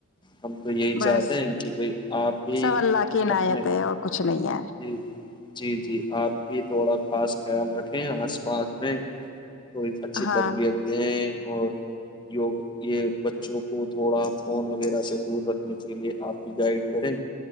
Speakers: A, on the left; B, on the left.
A: ہم تو یہی
B: بس
A: چاہتے ہیں کہ بھائی آپ بھی
B: سو اللہ کی عناایت
A: اپنے
B: ہے اور کچھ نہیں ہے
A: جی جی جی آپ بھی تھوڑا خاص خیال رکھیں آس پاس میں کوئی اچھی
B: ہاں
A: تربیت دیں اور یوگا یہ بچوں کو تھوڑا فون وغیرہ سے دور رکھنے کے لئے آپ بھی گائڈ کریں